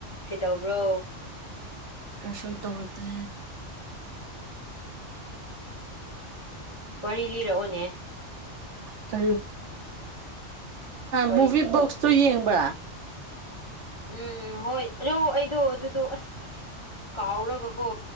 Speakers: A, on the left; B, on the right.
A: ꯀꯩ ꯇꯧꯕ꯭ꯔꯣ
B: ꯀꯁꯟ ꯇꯧꯇ
A: ꯋꯥꯔꯤ ꯂꯤꯔꯛꯑꯣꯅꯦ
B: ꯀ
A: ꯋꯥꯔꯤ
B: ꯃꯨꯚ ꯣꯣꯛꯁ ꯇ ꯌꯦꯡꯕ
A: ꯎꯝ ꯍꯣꯏ ꯑꯗꯨ ꯑꯩꯗꯣ ꯑꯗꯨꯗꯣ ꯑꯁ ꯀꯥꯎꯔꯒꯀꯣ